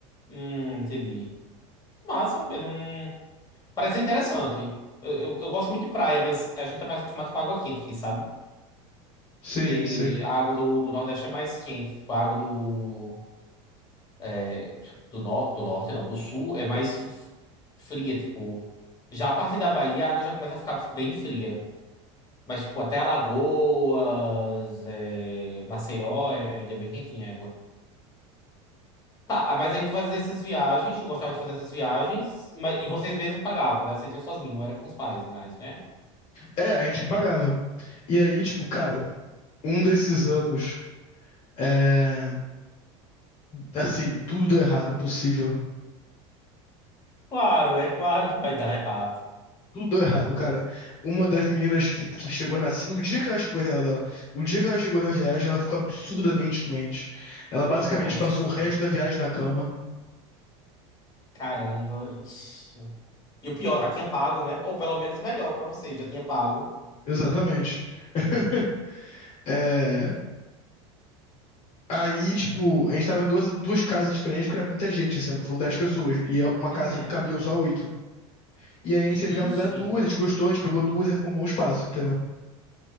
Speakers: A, on the left; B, on the left.
A: Hum, entendi. Massa, eu não. Parece ser interessante. Eu, eu, eu gosto muito de praia, mas a gente tá mais acostumado com água quente aqui, sabe?
B: Sim,
A: Porque
B: sim.
A: a água do, do Nordeste é mais quente. Tipo, a água do, é, do, no, do Norte, não, do Sul é mais f- fria. Tipo, já a partir da Bahia a água já começa a ficar bem fria. Mas, tipo, até Alagoas, é, Maceió, é, ainda é bem quentinha a água. Tá, ah, mas aí tu fazia essas viagens, tu gostava de fazer essas viagens, mas, e vocês mesmos pagavam, né? Vocês iam sozinhos, não era com os pais, mas, né?
B: É, a gente que pagava. E aí, tipo, cara, um desses anos, é, assim, tudo deu errado possível.
A: Claro, né? Claro que vai dar errado.
B: Tudo deu errado, cara. Uma das meninas que, que chegou na. No dia que ela chegou, coitada dela, no dia que ela chegou na viagem, ela ficou absurdamente doente. Ela basicamente
A: Nossa.
B: passou o resto da viagem na cama.
A: Caramba, ixi. E o pior, já tinha pago, né? Ou pelo menos melhor pra você, já tinha pago.
B: Exatamente. <laughs> É, Aí, tipo, a gente tava em duas, duas casas diferentes, porque era muita gente esse ano, foram 10 pessoas. E é, uma casa
A: Uhum.
B: cabiam só oito. E aí a gente teve que
A: Ixi.
B: alugar duas, a gente gostou, a gente pegou duas e ficou um bom espaço, entendeu?